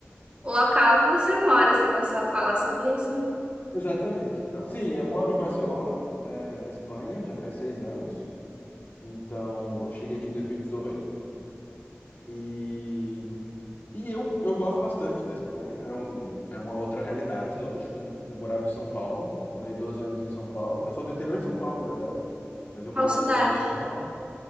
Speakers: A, on the right; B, on the left.
A: o local que você mora. Você começou a falar sobre isso? né?
B: Exatamente, então. Sim, eu moro em Barcelona, é, na Espanha, já faz seis anos. Então, eu cheguei aqui em 2018 e dezoito e E eu, eu gosto bastante da Espanha, é, um, é uma outra realidade, lógico, né? Eu morava em São Paulo, morei 12 anos em São Paulo. Eu sou do interior de São Paulo, na verdade, mas eu
A: Qual
B: morei 12
A: cidade?
B: anos em São Paulo.